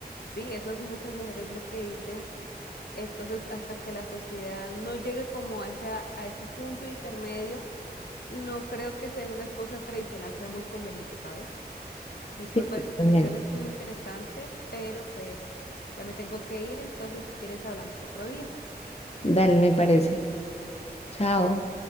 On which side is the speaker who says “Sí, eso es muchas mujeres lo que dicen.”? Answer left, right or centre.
Left